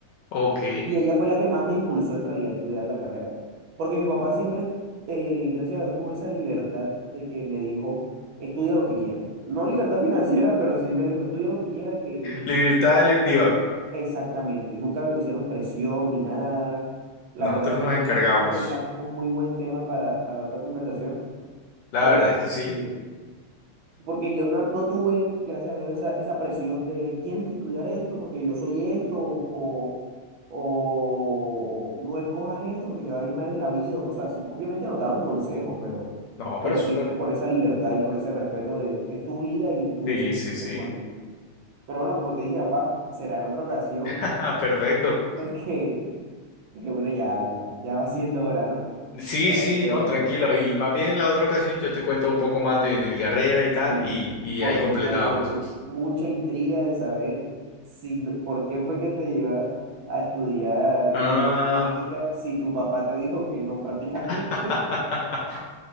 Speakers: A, on the left (about 75°); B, on the right (about 70°).
A: Ok.
B: Y ella fue la que más me impulsó en realidad a estudiar la carrera, porque mi papá siempre, eh, gracias a Dios, tuvo esa libertad de que me dijo, estudia lo que quieras. No libertad <laughs> financiera, pero sí me dijo, estudia lo que quieras, que,
A: Libertad electiva.
B: Exactamente, nunca me pusieron presión ni nada. La
A: Nosotros
B: verdad, siento
A: nos encargamos.
B: que eso sería un muy buen tema para, para otra conversación,
A: La
B: porque,
A: verdad es que sí.
B: porque yo no, no tuve, gracias a Dios, esa, esa presión de tienes que estudiar esto porque yo soy esto, o, o no escojas esto porque te va a ir mal en la vida, o cosas así. Obviamente nos daban consejos, pero,
A: No, pero
B: pero
A: súper.
B: siempre con esa libertad y con ese respeto de es tu vida y tú
A: Sí,
B: decides
A: sí,
B: qué
A: sí.
B: hacer con ella. Pero bueno, como te dije, papá, será en otra ocasión,
A: <laughs> Perfecto.
B: <laughs> porque. Porque bueno, ya, ya, ya va siendo hora, ¿no?
A: Sí,
B: Ya va
A: sí,
B: siendo
A: no,
B: horita.
A: tranquilo. Y más bien en la otra ocasión yo te cuento un poco más de, de mi carrera y tal,
B: Y
A: y, y
B: por
A: ahí completábamos.
B: supuesto que tengo mucha intriga de saber si, no- por qué fue que te llevaron a estudiar
A: Ah,
B: ingeniería química si tu papá te dijo que no prácticamente.
A: <laughs>